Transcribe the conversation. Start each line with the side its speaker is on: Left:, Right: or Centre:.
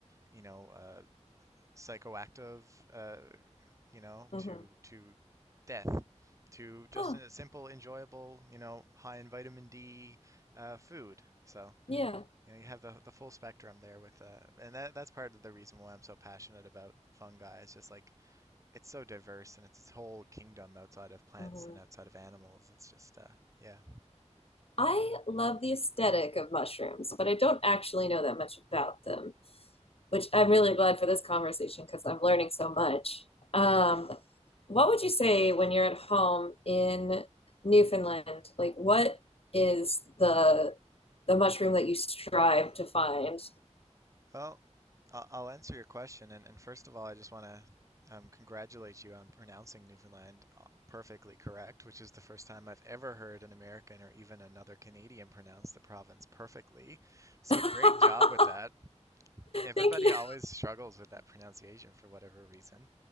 Right: you know, uh, psychoactive, uh, you know,
Left: Mm-hmm.
Right: to to death, to just
Left: Huh.
Right: a simple, enjoyable, you know, high in vitamin D uh, food. So
Left: Yeah.
Right: you know, you have the the full spectrum there with, uh, and that that's part of the reason why I'm so passionate about fungi. It's just like it's so diverse and it's its whole kingdom outside of plants
Left: Mm-hmm.
Right: and outside of animals. It's just uh, yeah.
Left: I love the aesthetic of mushrooms, but I don't actually know that much about them, which I'm really glad for this conversation because I'm learning so much. Um, what would you say when you're at home in Newfoundland? Like, what is the the mushroom that you strive to find?
Right: Well, I'll, I'll answer your question. And, and first of all, I just want to um, congratulate you on pronouncing Newfoundland uh, perfectly correct, which is the first time I've ever heard an American or even another Canadian pronounce the province perfectly. So
Left: <laughs>
Right: great job with that. P- Everybody
Left: Thank you.
Right: always struggles with that pronunciation for whatever reason,